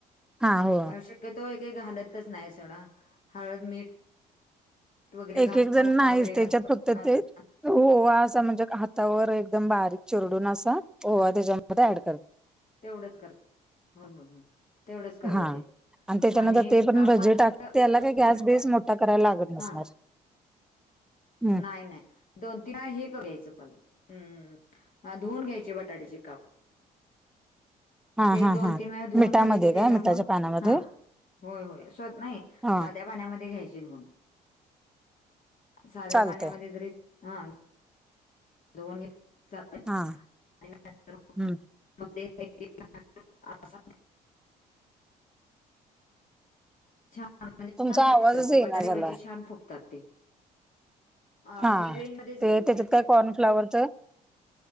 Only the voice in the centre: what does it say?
हा हो
एक
एक जण
न्हाईच
त्याच्यात
फक्त
ते- ओवा असा म्हणजे हातावर एकदम बारीक चिरडून असा ओवा त्याच्यामध्ये ऍड करत्-
हा
त्याच्यानंतर
ते पण
भजी
टाक त्याला काही गॅस
बेस मोठा करायला लागत नसणार
हम्म
हा
हा
हा
मिठामध्ये
काय मिठाच्या
पानामध्ये?
हा
चालतय
हा
हम्म.
तुमचा
आवाजच
येईना
झालाय
हा
ते
त्याच्यात काय
कॉर्नफ्लाॅवरचं. <inaudible>